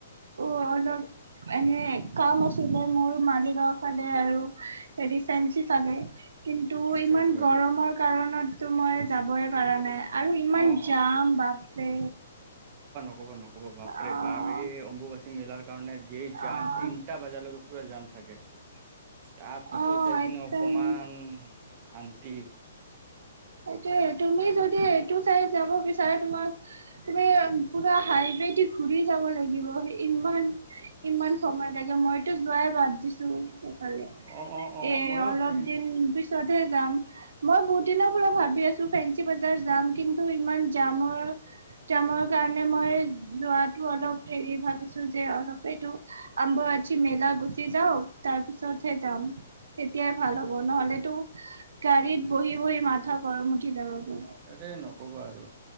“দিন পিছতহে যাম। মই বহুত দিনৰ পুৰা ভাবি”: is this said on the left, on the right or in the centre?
Right